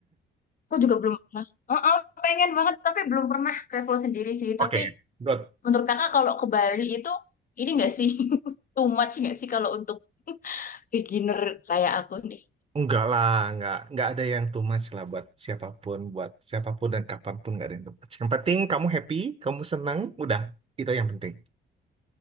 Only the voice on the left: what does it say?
aku juga belum pernah. Oh, oh, pengen banget, tapi belum pernah travel sendiri sih. Tapi
Menurut kakak kalau ke Bali itu ini nggak sih <laughs> too much nggak sih kalau untuk <laughs> beginner kayak aku nih?